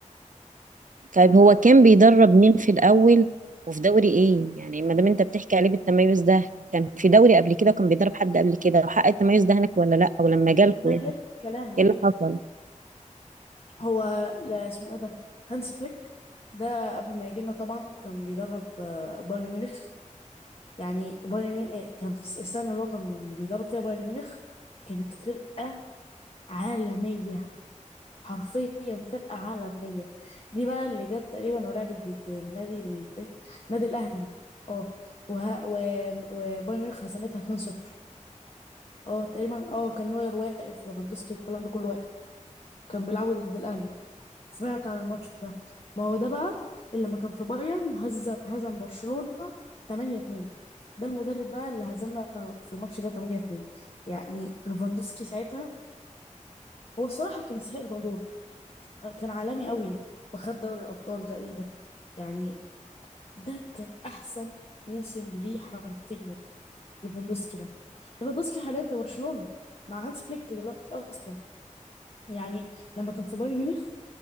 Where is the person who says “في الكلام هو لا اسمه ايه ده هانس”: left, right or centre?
Left